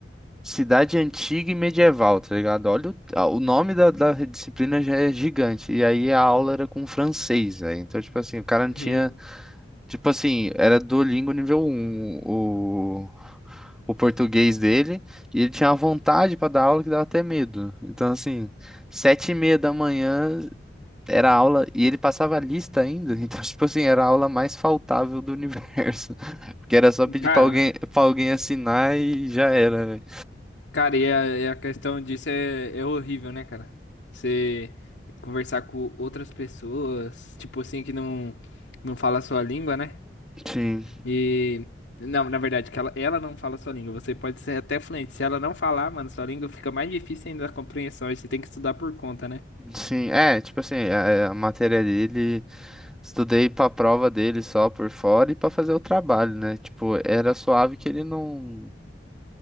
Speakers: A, in the centre; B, on the left.
A: Cidade Antiga e Medieval, tá ligado? Olha o, ah, o nome da, da disciplina já é gigante. E aí a aula era com francês, né? Então, tipo assim, o cara não
B: Meu-
A: tinha Tipo assim, era Duolingo nível um o, o português dele, e ele tinha uma vontade pra dar aula que dava até medo. Então, assim, sete e meia da manhã era aula, e ele passava lista ainda, <laughs> então, tipo assim, era a aula mais faltável do universo. <laughs> Porque era só pedir
B: Cara.
A: pra alguém, pra alguém assinar e já era, velho.
B: Cara, e a, e a questão disso é, é horrível, né, cara? Você conversar com outras pessoas, tipo assim, que não, não fala a sua língua, né?
A: Sim,
B: E. Não, na verdade, que ela, ela não fala a sua língua. Você pode ser até fluente. Se ela não falar, mano, sua língua fica mais difícil ainda a compreensão. E você tem que estudar por conta, né?
A: sim, é, tipo assim, a, a matéria dele, estudei pra prova dele só por fora e pra fazer o trabalho, né? Tipo, era suave que ele não.